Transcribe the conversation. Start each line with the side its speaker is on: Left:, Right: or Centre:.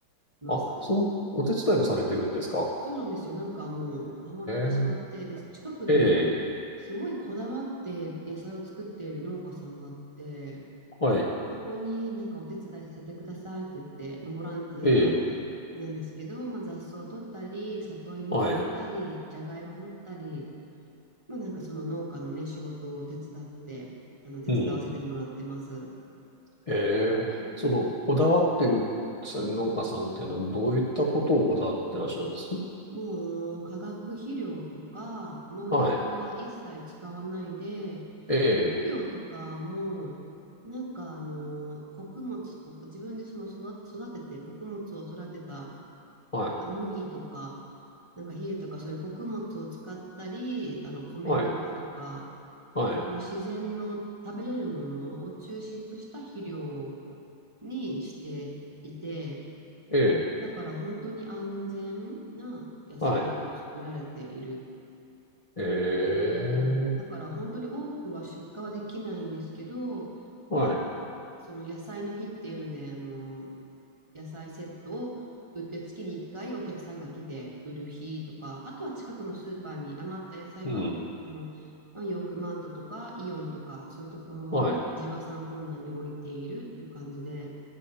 Right: ます。
Left: あ、そう、お手伝いもされてるんですか。
Right: そうなんですよ。なんかもうハマってしまって、
Left: え
Right: で、近くに
Left: ー、ええ
Right: すごいこだわって野菜を作っている農家さんがあって、
Left: はい。
Right: ここになんかお手伝いさせてくださいって言って、まあ、ボランティア
Left: ええ
Right: なんですけど、まあ、雑草を取ったり、里芋を植えたり、
Left: はい。
Right: じゃがいも掘ったり、まあなんかその農家のね、仕事を手伝って、あの、手伝わせてもらってます。
Left: うん。えー、
Right: も
Left: その、こだわってる農家さんっていうのは、
Right: う、うん、
Left: どういったことをこだわってらっしゃるんです
Right: もうあの、化学肥料とか農薬は一切使わないで、
Left: はい。ええ
Right: 肥料とかも、なんかあの、穀物とか、自分でその育て、育てて、穀物を育てた、
Left: はい。
Right: まあ、麦とか、なんか稗とかそういう穀物を使ったり、あの、米ぬかとか、
Left: はい。はい。
Right: その自然の食べれるものを中心とした肥料にしていて、
Left: ええ
Right: だから本当に安全な野菜を作られている。
Left: はい。ええ
Right: うん、だから本当に多くは出荷はできないんですけど、
Left: はい。
Right: まあ、その野菜の日っていうので、あの、野菜セットを売って月に1回お客さんが来て売る日とか、あとは近くのスーパーに余った野菜は、
Left: うん。
Right: あの、まあ、ヨークマートとかイオンとかそういうところの地場産コーナーに置いているっていう感じで、
Left: はい。